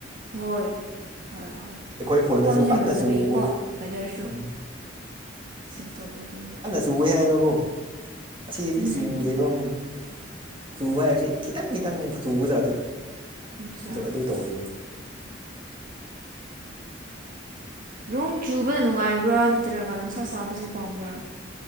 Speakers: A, on the right; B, on the right.
A: ꯍꯣꯏ ꯑꯣꯏ ꯍꯣꯏ
B: ꯑꯩꯈꯣꯏ ꯈꯨꯟꯗꯁꯨ
A: ꯃꯐꯝ ꯁꯦꯝ
B: ꯀꯟꯅ
A: ꯃꯅꯗꯕꯒꯤꯀꯣ
B: ꯆꯨꯋꯦ
A: ꯋꯦꯗꯔꯁꯨ
B: ꯎꯝ
A: ꯆꯦꯛ ꯇꯧꯕꯒꯤꯅꯤꯅ
B: ꯆꯨ ꯍꯥꯏꯌꯦꯕꯀꯣ ꯑꯁꯤꯗꯤ
A: ꯎꯝ
B: ꯆꯨꯗꯦꯕ
A: ꯎꯝ
B: ꯑꯃꯨꯛ ꯆꯨꯕ ꯍꯥꯏꯕꯁꯤ ꯈꯤꯇꯪ ꯈꯤꯇꯪ ꯆꯨꯕꯖꯥꯠ ꯑꯗꯨ
A: ꯑꯠꯆꯥ
B: ꯑꯗꯨ ꯑꯗꯨ ꯇꯧꯋꯦꯕ
A: ꯅꯣꯡ ꯆꯨꯕꯅ ꯅꯨꯡꯉꯥꯏꯕ꯭ꯔꯥ ꯅꯠꯇ꯭ꯔꯒ ꯅꯨꯡꯁꯥ ꯁꯥꯕꯁꯦ ꯄꯥꯝꯕ꯭ꯔꯥ